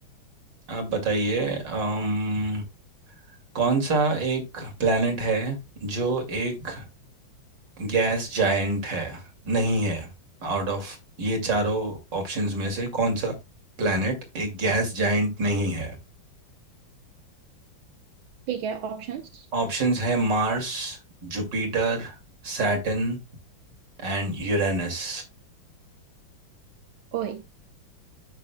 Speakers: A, on the right (about 60°); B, on the right (about 80°).
A: आप बताइए अम, कौन सा एक प्लेनेट है जो एक गैस जायंट है नहीं है आउट ऑफ ये चारों ऑप्शंस में से कौन सा प्लैनेट एक गैस जायंट नहीं है
B: ठीक है ऑप्शंस
A: ऑप्शंस है Mars Jupiter Saturn and Uranus
B: ओए